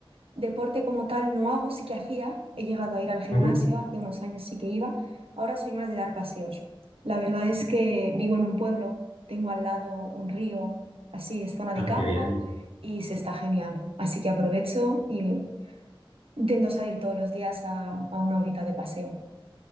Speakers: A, on the right; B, on the left.
A: deporte como tal no hago, sí que hacía. He llegado a ir al gimnasio,
B: Ujú.
A: hace unos años sí que iba. Ahora soy más de dar paseos. La verdad es que vivo en un pueblo, tengo al lado un río, así es zona de
B: Ah,
A: campo
B: qué bien.
A: y se está genial. Así que aprovecho y Intento salir todos los días a, a una horita de paseo.